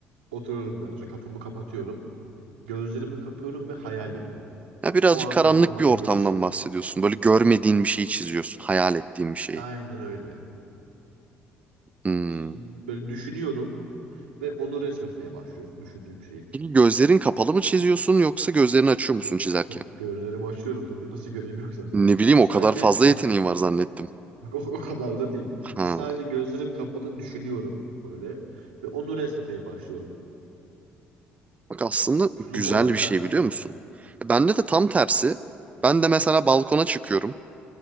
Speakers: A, on the right; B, on the right.
A: Oturuyorum garaja. Kapımı kapatıyorum. Gözlerimi kapıyorum ve hayal ediyorum.
B: Ya birazcık
A: O an
B: karanlık
A: aklıma
B: bir
A: ne
B: ortamdan
A: gelirse.
B: bahsediyorsun. Böyle görmediğin bir şeyi çiziyorsun, hayal ettiğin bir şeyi.
A: Aynen öyle.
B: Hmm.
A: Böyle düşünüyorum ve onu resmetmeye başlıyorum düşündüğüm şeyi.
B: Peki gözlerin kapalı mı çiziyorsun yoksa gözlerini açıyor musun
A: Yo-
B: çizerken?
A: yo- Gözlerimi açıyorum tabii nasıl göreyim yoksa.
B: Ne bileyim
A: Sadece
B: o kadar fazla
A: ha
B: yeteneğin var zannettim.
A: bak o, o kadar da değil.
B: Ha.
A: Sadece gözlerim kapalı düşünüyorum böyle ve onu resmetmeye başlıyorum.
B: Bak aslında
A: Sulu
B: güzel
A: boyayla.
B: bir şey biliyor musun? Bende de tam tersi. Ben de mesela balkona çıkıyorum.